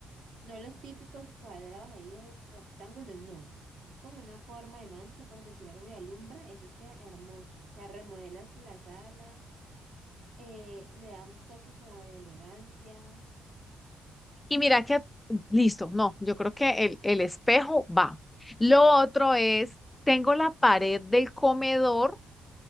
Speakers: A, on the right; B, on the left.
A: No los típicos cuadrados ahí, los rectángulos, no. Es como una forma de mancha, por decir algo, y alumbra, eso queda hermoso. O sea, remodelas la sala, eh, le da un toque como de elegancia.
B: Y mira que, listo, no, yo creo que el, el espejo va. Lo otro es, tengo la pared del comedor.